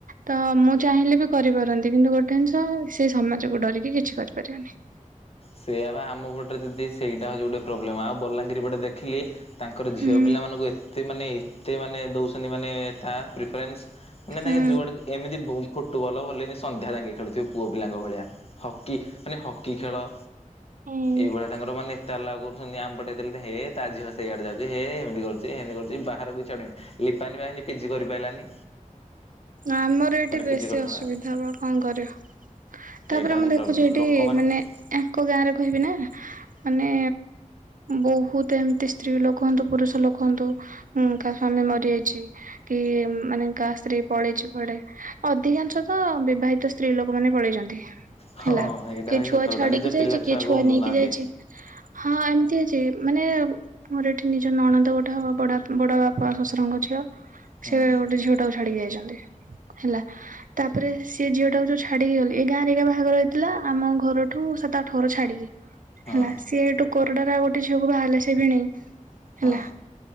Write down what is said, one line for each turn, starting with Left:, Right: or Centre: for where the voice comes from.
Right: ତ ମୁଁ ଚାହିଁଲେ ବି କରିପାରନ୍ତି କିନ୍ତୁ ଗୋଟେ ଜିନିଷ ସେ ସମାଜକୁ ଡରିକି କିଛି କରିପାରିବନି।
Left: ସେଇଆ ବା ଆମ ପଟରେ ଯଦି ସେଇଟା ହଉଛି। ଗୋଟେ ପ୍ରୋବ୍ଲେମ ଆଉ ବଲାଙ୍ଗୀର ପଟେ ଦେଖିଲି ତାଙ୍କର ଝିଅ
Right: ହୁଁ
Left: ପିଲାମାନଙ୍କୁ ଏତେ ମାନେ ଏତେ ମାନେ ଦଉଛନ୍ତି ମାନେ ତା ପ୍ରିଫରେନ୍ସ ମାନେ
Right: ହୁଁ
Left: ତାଙ୍କେ ଯୁଆଡେ ଏମିତି ଫୁଟୁବଲ ଭଲନି ସନ୍ଧ୍ୟା ଯାଙ୍ଗେ ଖେଳୁଥିବେ। ପୁଅ ପିଲାଙ୍କ ଭଳିଆ ହକି ମାନେ ହକି ଖେଳ
Right: ହୁଁ
Left: ଏଇଭଳିଆ ତାଙ୍କର ମାନେ ତାଲା କରୁଛନ୍ତି ଆମପଟେ ଦେଇଥିଲେ ହେ ତା ଝିଅ ସେଇଆଡ଼େ ଯାଉଛି ହେ ଏମିତି କରୁଛି ଏମିତି କରୁଛି ବାହାରକୁ ଛାଡ଼ନି। ଲିପାନୀ ବାହିନୀ ପିଜି କରି ପାରଲାନି।
Right: ଆମର ଏଇଠି ବେଶୀ
Left: ପିଜି କରିଥାନ୍ତା
Right: ଅସୁବିଧା ବା କଣ କରିବା?
Left: ସେଇଟା
Right: ତାପରେ
Left: ହଉଛି
Right: ମୁଁ ଦେଖୁଛି
Left: ପ୍ରୋବ୍ଲେମ
Right: ଏଠି
Left: ଲୋକମାନେ
Right: ମାନେ
Left: ତ
Right: ଙ୍କ ଗାଁ ରେ କହିବି ନା ମାନେ ବହୁତ ଏମିତି ସ୍ତ୍ରୀ ଲୋକ ହନ୍ତୁ ପୁରୁଷ ଲୋକ ହୁନ୍ତୁ କା ସ୍ଵାମୀ ମରିଯାଇଛି। କି ମାନେ ଗା ସ୍ତ୍ରୀ ପଳେଇଚୁ କୁଆଡେ ଅଧିକାଂଶ ତ ବିବାହିତ ସ୍ତ୍ରୀ ଲୋକମାନେ ପଳେଇଛନ୍ତି।
Left: ହଁ
Right: ହେଲା
Left: ଏଇଟା
Right: କିଏ
Left: ଭାଇ
Right: ଛୁଆ
Left: ସତ କଥା
Right: ଛାଡିକି
Left: ନିଜ
Right: ଯାଇଛି
Left: ପିଲା
Right: କିଏ
Left: ଛୁଆଙ୍କୁ
Right: ଛୁଆ
Left: ଉଣ୍ଡୁନାହାନ୍ତି
Right: ନେଇକି ଯାଇଛି ହଁ ଏମିତି। ସେ ମାନେ ମୋର ଏଠି ନିଜ ନଣଦ ଗୋଟେ ହବ ବଡ ବଡ ବାପା ଶଶୁରଙ୍କ ଝିଅ
Left: ହଁ
Right: ସେ ଗୋଟେ ଝିଅ ଟାକୁ ଛାଡିକି ଯାଇଛନ୍ତି ହେଲା। ତାପରେ ସେିଏ ଝିଅ ଟାକୁ ଯୋଉ ଛାଡିକି ଗଲେ ଏଇ ଗାଁରେ ଏକା ବାହାଘର ହେଇଥିଲା ଆମ ଘରଠୁ ସାତ ଆଠ ଘର ଛାଡିକି।
Left: ହଁ
Right: ହେଲା ସିଏ ଏଇଠୁ କୋରଡ ର ଆଉ ଗୋଟେ ଝିଅକୁ ବାହାରିଲା ସେ ବି ନେଇ ହେଲା।
Left: ହଁ